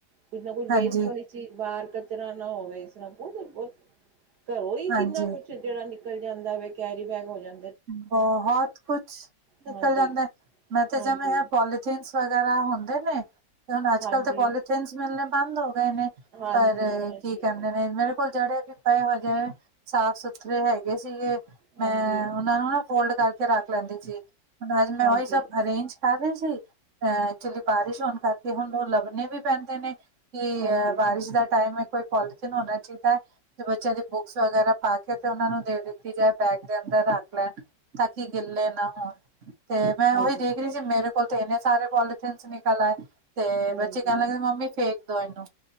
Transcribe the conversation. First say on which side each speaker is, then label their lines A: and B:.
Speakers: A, on the right; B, on the right.
A: ਕੁੱਝ ਨਾ ਕੁੱਝ ਵੇਸਟ
B: ਹਾਂਜੀ
A: ਵਾਲੀ ਬਾਹਰ ਕਚਰਾ ਨਾ ਹੋਵੇ ਇਸ ਤਰਾਂ ਬਹੁਤ- ਬਹੁਤ ਘਰੋਂ ਹੀ ਕਿੰਨਾ
B: ਹਾਂਜੀ
A: ਕੁਛ। ਜਿਹੜਾ ਨਿਕਲ ਜਾਂਦਾ ਵੇ, ਕੈਰੀ ਬੈਗ ਵੱਡਾ
B: ਬਹੁਤ ਕੁਛ ਨਿਕਲ
A: ਹਾਂਜੀ
B: ਜਾਂਦਾ। ਮੈਂ ਤੇ
A: ਹਾਂਜੀ
B: ਜਵੇਂ ਹੈ ਪੋਲੀ। ਥੀਨਸ ਵਗੈਰਾ ਹੁੰਦੇ ਨੇ, ਤੇ ਹੁਣ ਅੱਜ
A: ਹਾਂਜੀ
B: ਕੱਲ ਤੇ ਪੋਲੀਥਨਸ ਮਿਲਣੇ ਬੰਦ ਹੋ ਗਏ ਨੇ।
A: ਹਾਂਜੀ
B: ਪਰ
A: ਹਾਂਜੀ
B: ਕੀ ਕਹਿੰਦੇ ਨੇ ਮੇਰੇ ਕੋਲ ਜੇੜੇ ਵੀ। ਪਏ ਹੈਗੇ ਸਾਫ ਸੁਥਰੇ ਹੈਗੇ ਸੀਗੇ
A: ਹਾਂਜੀ
B: ਮੈਂ ਉਹ ਨੂੰ ਨਾ ਫੋਲਡ ਕਰਕੇ ਰੱਖ ਲੈਂਦੀ ਸੀ। ਹ ਅੱਜ ਮੈਂ
A: ਹਾਂਜੀ
B: ਉਹੀ ਸਭ ਅਰੇਂਜ। ਕਰ ਰਹੀ ਸੀ। ਅ ਐਕਚੁਲੀ ਬਾਰਿਸ਼ ਹੋਣ ਕਰਕੇ ਹੁਣ ਉਹ ਲੱਭਣੇ ਵੀ ਪੈਂਦੇ ਨੇ। ਕਿ ਇਹ
A: ਹਾਂਜੀ
B: ਬਾਰਿਸ਼ ਦਾ ਟਾਈਮ ਕੋਈ ਪੋਲੀਥੀਨ ਹੋਣਾ ਚਾਹੀਦਾ ਹੈ। ਤੇ ਬੱਚਿਆਂ ਦੀ ਬੁੱਕਸ ਵਗੈਰਾ ਪਾ ਕੇ, ਤੇ ਉਹਨਾਂ ਨੂੰ ਦੇ ਦਿੱਤੀ ਜਾਏ। ਬੈਗ ਦੇ ਅੰਦਰ ਰੱਖ। ਲੈਣ ਤਾਂ ਕਿ, ਗਿੱਲੇ ਨਾ ਹੋਣ ਤੇ ਮੈਂ
A: ਹਾਂਜੀ
B: ਉਹੀ ਦੇਖ ਰਹੀ ਸੀ ਮੇਰੇ। ਕੋਲ ਤੇ ਇੰਨੇ ਸਾਰੇ ਪੋਲੀਥਨ ਨਿਕਲ ਆਏ। ਤੇ
A: ਹਾਂਜੀ
B: ਬੱਚੇ ਕਹਿਣ ਲੱਗੇ ਮੰਮੀ ਫੇਕ। ਦੋ ਇਹਨੂੰ